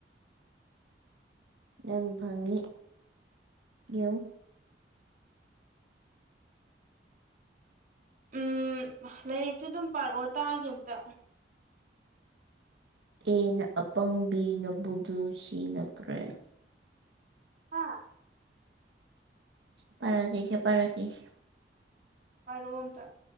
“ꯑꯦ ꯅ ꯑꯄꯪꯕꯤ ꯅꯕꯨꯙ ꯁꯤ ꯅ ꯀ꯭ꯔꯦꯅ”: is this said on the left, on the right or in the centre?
Right